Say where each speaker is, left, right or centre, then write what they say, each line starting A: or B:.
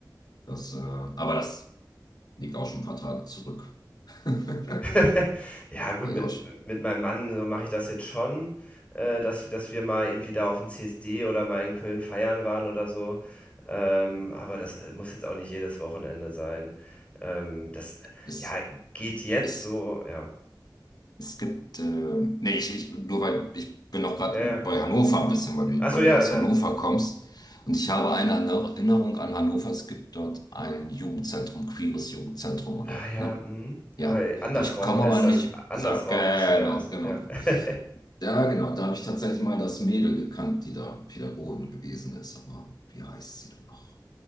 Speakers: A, on the left; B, on the left.
A: Das, äh, aber das liegt auch schon ein paar Tage zurück. <laughs>
B: <laughs> Ja gut,
A: War
B: mit
A: ja auch, sch-
B: mit meinem Mann, äh, mache ich das jetzt schon, äh, dass dass wir mal irgendwie da auf aufm CSD oder mal in Köln feiern waren oder so, ähm, aber das, äh, muss jetzt auch nicht jedes Wochenende sein. Ähm, das,
A: es,
B: ja, geht jetzt
A: es,
B: so, ja.
A: es gibt, äh, nee, ich, ich, nur weil ich bin noch gerade
B: Ja, ja.
A: bei Hannover ein bisschen, weil du,
B: Ach so,
A: weil
B: ja,
A: du aus
B: ja.
A: Hannover kommst. Und ich habe eine Erinnerung an Hannover. Es gibt dort ein Jugendzentrum, queeres Jugendzentrum, oder?
B: Ah ja,
A: Ne?
B: mhm.
A: Ja.
B: Ja, äh, Andersraum
A: Aber ich komme
B: heißt
A: aber
B: das.
A: nicht.
B: Andersraum
A: So, genau,
B: müsste der heißen,
A: genau.
B: ja. <laughs>
A: Ja, genau. Da habe ich tatsächlich mal das Mädel gekannt, die da Pädagogin gewesen ist. Aber wie heißt sie denn noch?